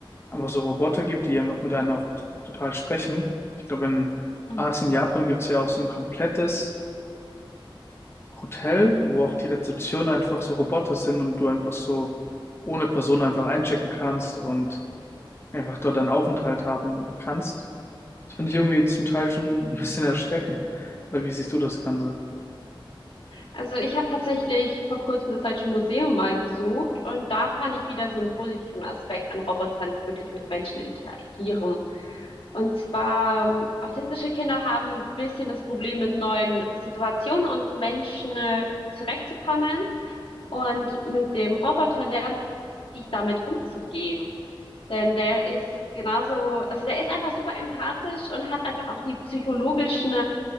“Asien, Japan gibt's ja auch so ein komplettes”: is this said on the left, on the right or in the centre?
Left